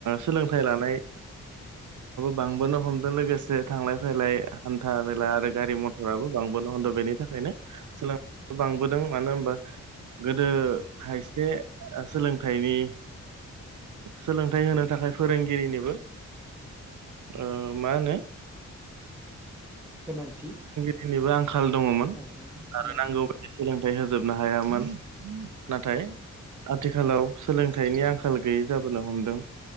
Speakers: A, on the right; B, in the centre.
A: सोलोंथाइ लानानै बांबोनो हमदों लोगोसे थांलाय फैलाय हान्था आरो गारि मथराबो बांबोन हदों बेनि थाखायनो सोलों बांबोदों मानो होनबा गोदो खायसे सोलोंथाइनि सोलोंथाइ होनो थाखाय फोरोंगिरिनिबो ओ मा होनो
B: गोनांथि
A: दिनैबो आंखाल दङमोन
B: औ नोंथां
A: आरो नांगौ बायदि सोलोंथाइ होजोबनो हायामोन नाथाय आथिखालाव सोलोंथाइनि आंखाल आंखाल गैयि जाबोनो हमदों